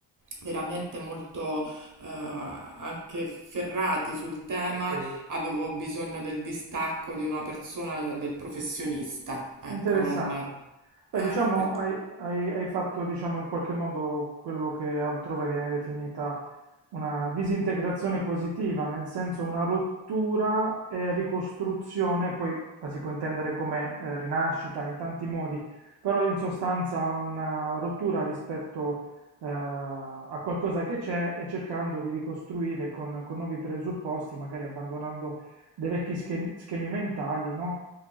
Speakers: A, on the right; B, on the right.
A: veramente molto eh, anche ferrati sul tema,
B: ok.
A: avevo bisogno del distacco di una persona, cioè del professionista. Ecco,
B: Interessante.
A: non eh,
B: Beh, diciamo,
A: per-
B: hai, hai- hai fatto, diciamo, in qualche modo quello che altrove viene definita una disintegrazione positiva, nel senso una rottura e ricostruzione, poi la si può intendere come eh, rinascita in tanti modi, però in sostanza una rottura rispetto eh, a qualcosa che c'è e cercando di ricostruire con, con nuovi presupposti, magari abbandonando dei vecchi schen- schemi mentali, no?